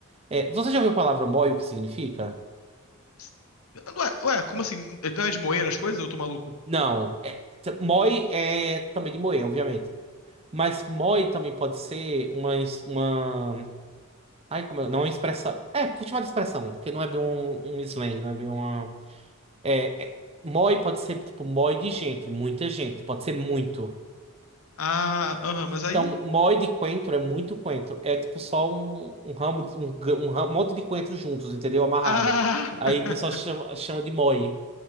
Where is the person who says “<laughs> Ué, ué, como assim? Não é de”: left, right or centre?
Left